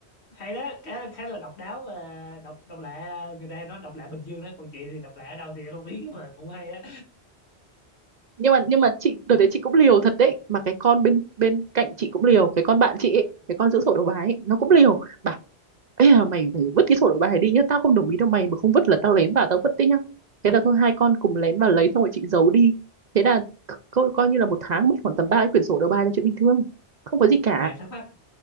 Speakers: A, on the left (about 80°); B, on the right (about 50°).
A: hay đó khá là khá là độc đáo và độc độc lạ ờ, người ta nói độc lạ Bình Dương đó còn chị thì độc lạ ở đâu thì em không biết nhưng mà cũng hay á
B: nhưng mà nhưng mà chị đợt đấy chị cũng liều thật đấy mà cái con bên bên cạnh chị cũng liều cái con bạn chị ấy, cái con giữ sổ đầu bài ấy, nó cũng liều bảo Ê à, mày phải vứt cái sổ đầu bài đi nhá tao không đồng ý đâu mày mà không vứt là tao lén vào tao vứt đấy nhá thế là thôi hai con cùng lén vào lấy xong rồi chị giấu đi thế là co- coi, như là một tháng mất khoảng tầm ba cái quyển sổ đầu bài là chuyện bình thường không có gì cả
A: mà em thắc mắc